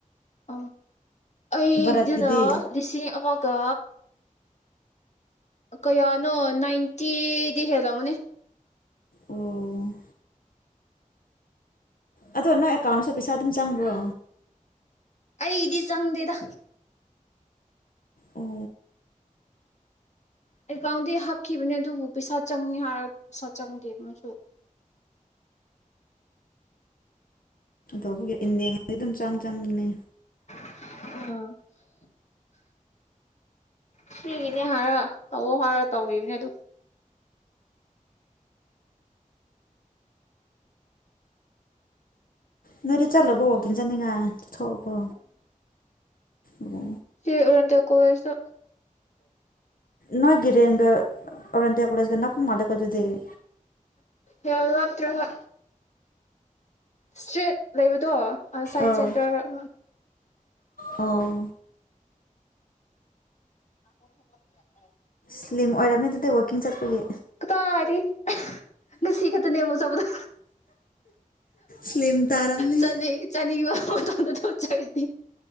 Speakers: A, on the left (about 55°); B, on the left (about 85°).
A: ꯑ ꯑꯩꯁꯤꯅ
B: ꯚꯥꯔꯠꯀꯤꯗꯤ
A: ꯂꯤꯁꯤꯡ ꯑꯃꯒ ꯀꯌꯥꯅꯣ ꯅꯥꯏꯟꯇꯤꯗꯤ ꯍꯦꯜꯂꯝꯃꯅꯤ
B: ꯑꯣ ꯑꯗꯣ ꯅꯪ ꯑꯦꯀꯥꯎꯟꯁꯨ ꯄꯩꯁꯥ ꯑꯗꯨꯝ ꯆꯪꯕ꯭ꯔꯣ
A: ꯑꯩꯗꯤ ꯆꯪꯗꯦꯗ
B: ꯑꯣ
A: ꯑꯦꯀꯥꯎꯟꯗꯤ ꯍꯥꯞꯈꯤꯕꯅꯦ ꯑꯗꯨꯕꯨ ꯄꯩꯁꯥ ꯆꯪꯅꯤ ꯍꯥꯏꯔꯒ ꯄꯩꯁꯥ ꯆꯪꯗꯦ ꯃꯁꯨ
B: ꯑꯕꯨꯒꯤ ꯏꯟꯗꯉꯗꯤ ꯑꯗꯨꯝ ꯆꯪ ꯆꯪꯗꯅꯦ
A: ꯑꯣ ꯁꯤꯒꯤꯅꯦ ꯍꯥꯏꯔ ꯇꯧꯑꯣ ꯍꯥꯏꯔ ꯇꯧꯕꯅꯦ ꯑꯗꯨ
B: ꯅꯨꯣꯏꯔꯤ ꯆꯠꯂꯣꯕꯣ ꯑꯣꯀꯦ ꯆꯅꯤꯡꯉ ꯊꯣꯛꯄ ꯎ
A: ꯁꯤꯔꯟꯗ ꯀꯣꯋꯁ
B: ꯅ ꯒꯤꯔꯦꯒ ꯑꯔꯇ ꯀꯂꯦꯁꯒꯅ ꯃꯥꯂ ꯀ ꯑꯣꯏꯗꯗꯤꯦ
A: ꯌꯥꯃ ꯇꯍ ꯏꯁꯇ꯭ꯔꯦꯠ ꯂꯩꯕꯗꯣ ꯁꯥꯏꯟꯁ
B: ꯑꯥ
A: ꯁꯦꯟꯇꯔ ꯑꯃ
B: ꯑꯣ
A: ꯑ ꯍ ꯍ ꯌꯥ
B: ꯐꯂꯤꯝ ꯑꯣꯏꯔꯕꯅꯤ ꯑꯗꯨꯗꯤ ꯋꯀꯤꯡ ꯆꯠꯄꯒꯤ
A: ꯇꯔꯤ ꯉꯁꯤ ꯈꯛꯇ ꯅꯦꯝꯃꯣ ꯆꯠꯕꯗ
B: ꯁ꯭ꯂꯤꯝ ꯇꯥꯔꯝꯅꯤ
A: ꯆꯅꯤ ꯆꯥꯅꯤꯡ ꯃꯇꯗ ꯊꯣꯛꯆꯔꯗꯤ